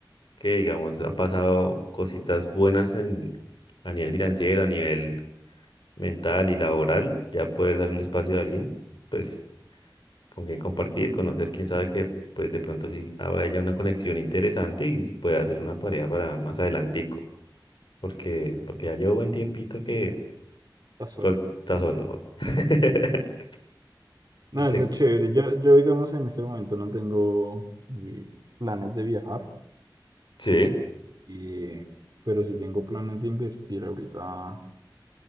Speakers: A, on the left (about 70°); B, on the right (about 55°).
A: que digamos han pasado cositas buenas en, a nivel financiero, a nivel mental y laboral, ya poder dar un espacio a alguien, pues con quien compartir, conocer, quién sabe que pues de pronto sí habrá ya una conexión interesante y pueda hacer una pareja para más adelantico, porque, porque ya llevo buen tiempito que
B: Está solo.
A: sol, está solo. ¿no? <laughs>
B: No,
A: Este,
B: eso es chévere. Yo, yo digamos, en este momento no tengo eh, planes de viajar,
A: sí,
B: y, pero sí tengo planes de invertir. Ahorita,